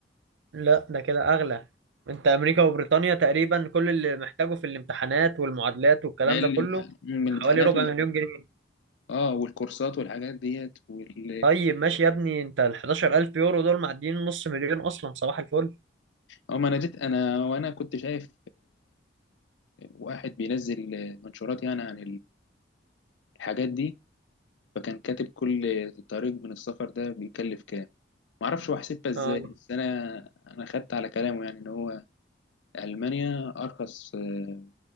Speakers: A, on the right (about 75°); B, on the left (about 75°).
A: لا ده كده أغلى أنت أمريكا وبريطانيا تقريبا كل اللي محتاجه في الامتحانات والمعادلات والكلام
B: ما ال-
A: ده كله
B: من الامتحانات
A: حوالي ربع
B: وال...
A: مليون جنيه
B: اه والكورسات والحاجات ديت وال...
A: طيب ماشي يا ابني أنت ال 11000 يورو دول معديين نص مليون أصلا صباح الفل
B: اه ما انا جيت انا وانا كنت شايف واحد بينزل منشورات يعني عن الحاجات دي فكان كاتب كل طريق من السفر ده بيكلف كام معرفش هو حسبها ازاي
A: اه
B: بس انا انا خدت على كلامه يعني ان هو المانيا ارخص آه،